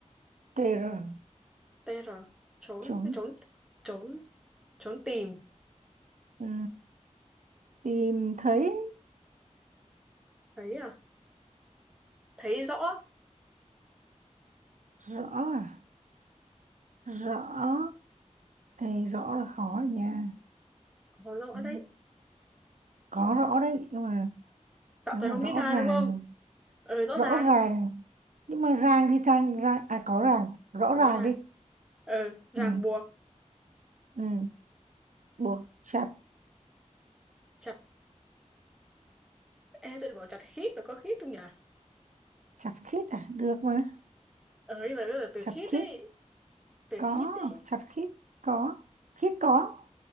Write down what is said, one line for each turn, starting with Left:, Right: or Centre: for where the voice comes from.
Right: tr
Centre: tr trốn
Right: trốn
Centre: trốn trốn trốn tìm
Right: ừ. tìm thấy
Centre: thấy à thấy rõ
Right: rõ à rõ Ê, rõ là khó rồi nha
Centre: có rõ
Right: Ừ.
Centre: đấy
Right: có rõ đấy nhưng mà
Centre: tạm
Right: nếu
Centre: thời
Right: mà
Centre: không
Right: rõ
Centre: nghĩ ra
Right: ràng
Centre: đúng không ờ rõ
Right: rõ
Centre: ràng
Right: ràng nhưng mà ràng thì ràng, ràng à có ràng rõ
Centre: có
Right: ràng
Centre: ràng
Right: đi
Centre: ờ ràng
Right: ừ
Centre: buộc
Right: ừ buộc chặt
Centre: chả Ê, tụi bảo chặt khít rồi có khít không nhỉ?
Right: chặt khít à được mà
Centre: Ờ, nhưng mà bây giờ từ
Right: chặt
Centre: khít
Right: khít
Centre: ấy, từ
Right: có
Centre: khít ấy,
Right: chặt khít có khít có